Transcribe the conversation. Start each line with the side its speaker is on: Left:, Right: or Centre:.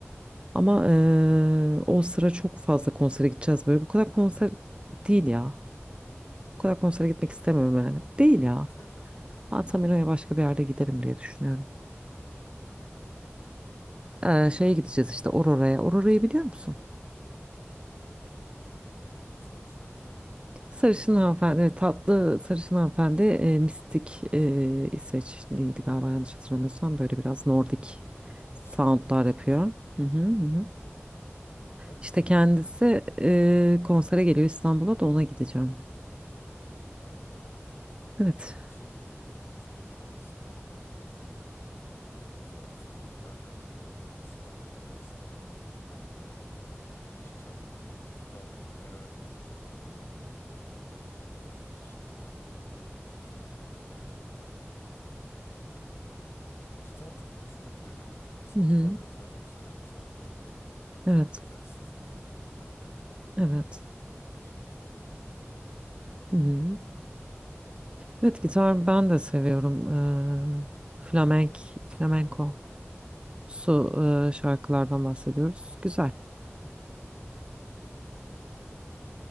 Right: Ama e, o sıra çok fazla konsere gideceğiz böyle bu kadar konser değil ya. Bu kadar konsere
Left: iyi
Right: gitmek
Left: değil
Right: istemiyorum
Left: mi?
Right: yani. Değil
Left: <laughs>
Right: ya. Ben Tamino'ya başka bir yerde giderim diye düşünüyorum. E, şeye gideceğiz işte Aurora'ya. Aurora'yı biliyor musun?
Left: Aurora'yı e, biliyorum. Bu Sarışın Hanımefendi değil mi? Tatlı
Right: Sarışın
Left: şarkıları
Right: hanımefendi,
Left: var.
Right: evet, tatlı sarışın hanımefendi e, mistik e, İsveçliydi galiba yanlış hatırlamıyorsam böyle biraz Nordik
Left: İlginç,
Right: soundlar
Left: ilginç şarkıları
Right: yapıyor.
Left: var.
Right: Hı hı, hı. hı.
Left: Ben
Right: İşte
Left: şeyi
Right: kendisi
Left: de çok seviyorum ya.
Right: e, konsere geliyor İstanbul'a da ona gideceğim.
Left: Harika. Ee,
Right: Evet.
Left: ben şey müziğini de çok seviyorum. Böyle İspanyol e, işte akustik gitarla böyle İspanyolca İspanyolların yaptığı işte değişik şarkılar var. Gustavo Cerati mesela çok severim. Ee, onun dışında düşündüğümde gitar çok hoşuma gidiyor benim ya. Santana
Right: Hı hı.
Left: mesela çok severim. Santana
Right: Evet.
Left: direkt gitarist beyefendi.
Right: Evet.
Left: Ee, ama söz falan da yazıyor tabii.
Right: Hı hı.
Left: Çok
Right: Evet
Left: eğlendiriyor
Right: gitar ben
Left: beni.
Right: de seviyorum. Eee flamenk,
Left: Bu gitar sol- soloları
Right: flamenko
Left: falan.
Right: su eee, şarkılardan bahsediyoruz. Güzel.